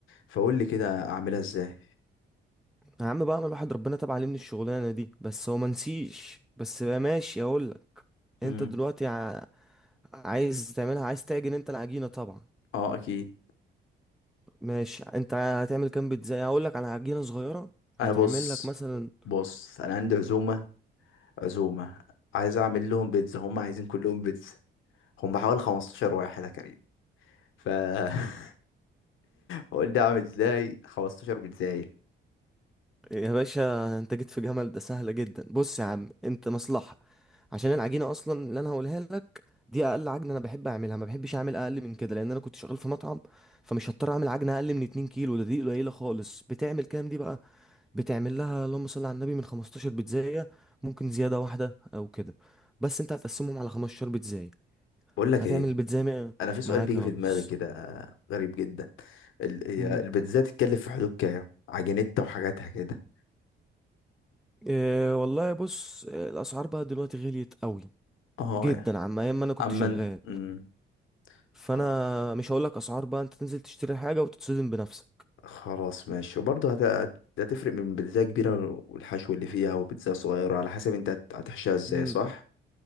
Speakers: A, on the left; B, in the centre.
A: فقول لي كده اعملها ازاي
B: يا عم بقى الواحد ربنا تاب عليه من الشغلانه دي بس هو ما نسيش بس بقى ماشي اقول لك انت
A: امم
B: دلوقتي ع... عايز تعملها عايز تعجن انت العجينه طبعا
A: اه اكيد
B: ماشي انت هتعمل كام بيتزا هقول لك على عجينه صغيره هتعمل
A: انا بص
B: لك مثلا
A: بص انا عندي عزومه عزومه عايز اعمل لهم بيتزا هم عايزين كلهم بيتزا هم حوالي 15 واحد يا كريم ف <laughs> فقول لي اعمل ازاي 15 بيتزاية
B: يا باشا انت جيت في جمل ده سهلة جدا بص يا عم انت مصلحة عشان العجينة اصلا اللي انا هقولها لك دي اقل عجنة انا بحب اعملها ما بحبش اعمل اقل من كده لان انا كنت شغال في مطعم فمش هضطر اعمل عجنة اقل من 2 كيلو ده دي قليلة خالص بتعمل كام دي بقى بتعمل لها اللهم صل على النبي من 15 بيتزاية ممكن زيادة واحدة او كده بس انت هتقسمهم على 15 بيتزاية
A: بقول لك
B: هتعمل
A: ايه
B: البيتزاية مية-
A: انا في سؤال
B: معاك
A: بيجي
B: يا
A: في
B: ريس
A: دماغي كده غريب جدا ال- هي
B: مم.
A: البيتزا تتكلف في حدود كام عجينتها وحاجاتها كده
B: اه والله بص اه، الاسعار بقى دلوقتي غليت قوي
A: اه
B: جدا
A: يا
B: عما ايام ما انا كنت
A: اما
B: شغال
A: ان- مم.
B: فانا
A: خ-
B: مش هقول لك اسعار بقى انت تنزل تشتري حاجه وتتصدم بنفسك
A: خلاص ماشي وبرضه هت... هت- هتفرق من بيتزا كبيره والحشو اللي فيها وبيتزا صغيره على حسب انت هت- هتحشيها ازاي
B: مم.
A: صح